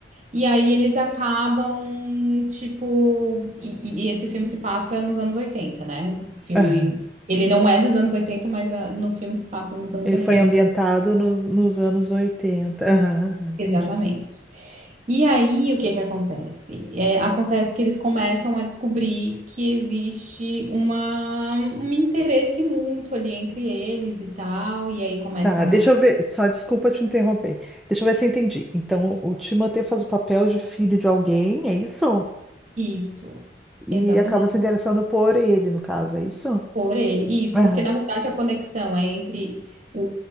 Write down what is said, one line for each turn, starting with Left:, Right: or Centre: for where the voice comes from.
Right: E aí, eles acabam, tipo. E, e- e esse filme se passa nos anos 80, né? O filme.
Centre: Aham.
Right: Ele não é dos anos 80, mas ah, no filme se passa nos anos
Centre: Ele
Right: 80.
Centre: foi ambientado nos, nos anos 80. Aham, aham, entendi.
Right: Exatamente. E aí, o que que acontece? É, acontece que eles começam a descobrir que existe uma, um interesse mútuo ali entre eles e tal, e aí começam
Centre: Tá, deixa
Right: a...
Centre: eu ver. Só desculpa te interromper. Deixa eu ver se eu entendi. Então, o Timothée faz o papel de filho de alguém, é isso?
Right: Isso,
Centre: E
Right: exatamente,
Centre: acaba se interessando por ele, no caso, é isso?
Right: por ele. Isso,
Centre: Aham,
Right: porque na verdade a conexão é entre o,